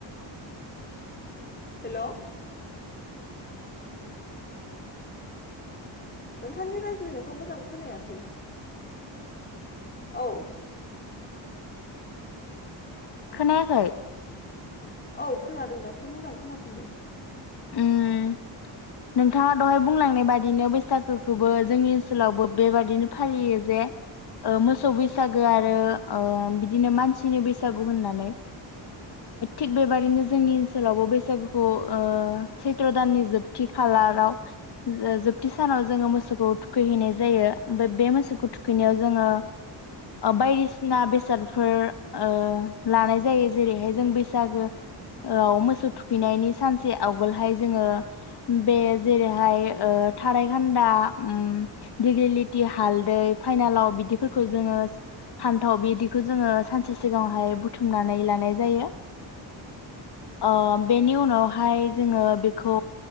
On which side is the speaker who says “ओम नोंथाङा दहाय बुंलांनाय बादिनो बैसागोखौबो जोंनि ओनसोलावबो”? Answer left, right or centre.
Left